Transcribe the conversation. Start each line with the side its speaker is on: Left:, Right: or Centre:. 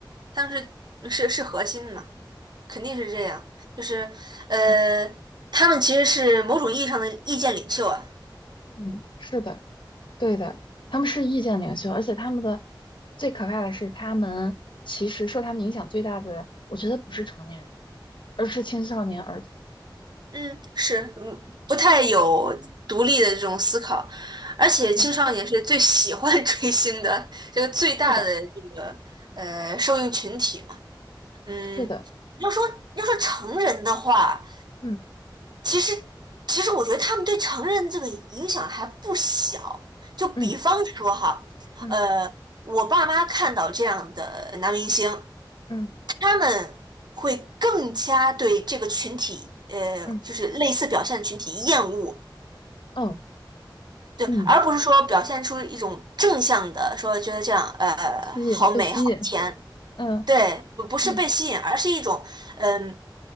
Right: 他们是是是核心嘛，肯定是这样，就是呃他们其实是某种意义上的意见领袖啊，
Left: 嗯嗯，是的，对的，他们是意见领袖，而且他们的最可怕的是，他们其实受他们影响最大的，我觉得不是成年人，而是青少年儿童。
Right: 嗯，是，嗯，不太有独立的这种思考，而且青少年是最喜欢
Left: 对，
Right: <laughs> 追星的这个最大的这个呃受众群体嘛，
Left: 是的，
Right: 嗯，
Left: 是的，
Right: 要说要说成人的话。
Left: 嗯
Right: 其实，其实我觉得他们对成人这个影响还不小。就比方说哈，
Left: 嗯嗯
Right: 呃，我爸妈看到这样的男明星，
Left: 嗯
Right: 他们会更加对这个群体，呃，
Left: 嗯
Right: 就是类似表现的群体厌恶，
Left: 嗯
Right: 对，
Left: 嗯，
Right: 而不是说表现出一种正向的，说觉得这样，呃，
Left: 吸引，
Right: 好美好甜。
Left: 被吸引，嗯，
Right: 对，不不是被吸引，
Left: 嗯
Right: 而是一种，嗯，